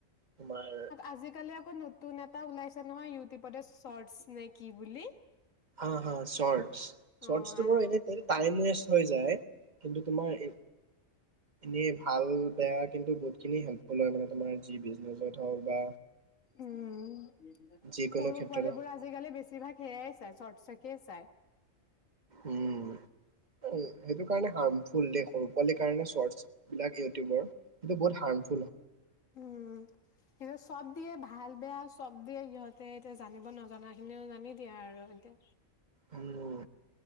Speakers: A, on the right; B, on the left.
A: তোমাৰ
B: আজিকালি আকৌ নতু তুন এটা ওলাইছে নহয় ইউটিউবতে চৰ্টছ নে কি বুলি।
A: হা হা চৰ্টছ, চৰ্টছটো
B: অ',
A: বাৰু এনে সেইটো টাইম ৱেষ্ট হৈ যায়, কিন্তু তোমাৰ এই এনেই ভাল, বেয়া কিন্তু বহুতখিনি হেল্পফুল হয় মানে তোমাৰ যি বিজনেছত হওক বা
B: উম'।
A: যিকোনো
B: সৰু
A: ক্ষেত্ৰতে
B: পোৱালি
A: হওক
B: বোৰে আজিকালি বেছিভাগ সেইয়াই চই, চৰ্টছ নে কি। তাকে চাই।
A: উম, এই-সেইটো কাৰণে হাৰ্মফুল দে, সৰু পোৱালিৰ কাৰণে চৰ্টছ বিলাক ইউটিউবৰ, সেইটো বহুত হাৰ্ম
B: উম, এইযে চব দিয়ে, ভাল বেয়া চব দিয়ে সিহঁতে, এতিয়া জানিব নজনা খিনিও জানি দিয়ে আৰু এতিয়া।
A: উম,